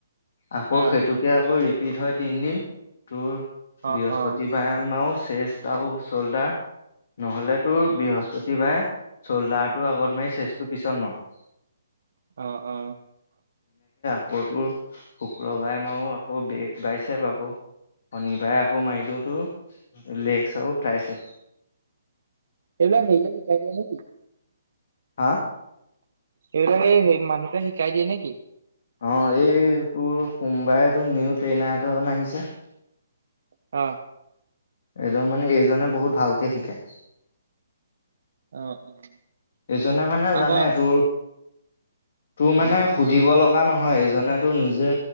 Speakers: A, on the left; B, on the right.
A: আকৌ
B: অ
A: সেইটোকে আকৌ ৰিপিট হয় তিনদিন তোৰ
B: অ
A: বৃহস্পতিবাৰে
B: অ
A: আমও। শেষটাও চললা নহ'লে তোৰ বৃহস্পতিবাৰে চল্ডাৰটোৰ আগত মাৰি চেচটোৰ পিছত মাৰো।
B: আহ অ,
A: শুকুৰটো শুক্ৰবাৰে মাৰো আকৌ বেগ বাইছে আকৌ। শনিবাৰে আকৌ মাৰি দিওঁতো লেইছ আৰু টাইছে।
B: এইবল সেই দ কাই দয়া নেকি?
A: হা
B: এইবিলাকে সেই মানুহটে শিকাই দিয়ে নেকি?
A: অ এই তোৰ সোমবাৰেতটো নিউ ট্ৰেইন এ আহিছে
B: অ
A: এইটো মানে এইজনে বহুত ভালকে শিকে।
B: অ', অ',
A: এইজনে মানে
B: আকৌ
A: জানে
B: অ',
A: তোৰ তোৰ মানে সুধিব
B: অ',
A: লগা ন- হয় এজনে তো নিজে